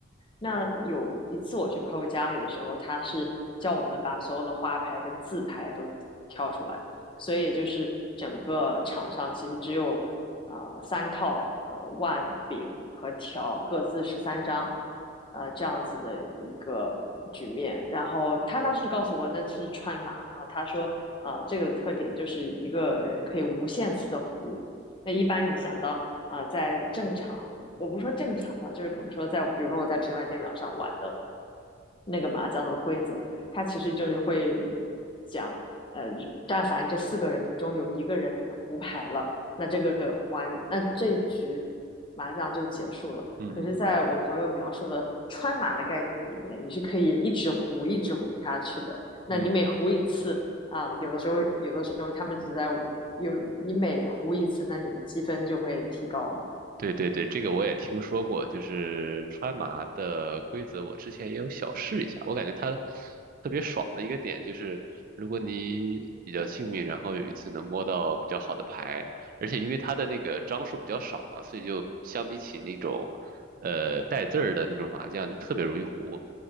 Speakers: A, on the left; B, on the right.
A: 那有一次我去朋友家里的时候，他是叫我们把所有的花牌跟字牌都挑出来，所以也就是整个场上其实只有呃三套呃万柄和条各自十三张，呃这样子的一个局面。然后他当时告诉我那是川麻，然后他说呃这个的特点就是一个人可以无限次的胡。那一般你想到啊、呃在正常，我不说正常吧，就是可能说在，比如说我在平板电脑上玩的那个麻将的规则，它其实就是会讲，呃，但凡这四个人中有一个人胡牌了，那这个玩，那这一局麻将就结束了。
B: 嗯嗯嗯
A: 可是，在我朋友描述的川麻的概念里面，你是可以一直胡，一直胡下去的。那你每胡一次啊、
B: 嗯，
A: 嗯有的时候，有的时候他们只是在有你每胡一次，那你的积分就会提高。
B: 对对对，这个我也听说过，就是川麻的规则，我之前也有小试一下。我感觉它特别爽的一个点就是，如果你比较幸运，然后有一次能摸到比较好的牌，而且因为它的那个张数比较少嘛，所以就相比起那种呃带字儿的那种麻将，就特别容易胡。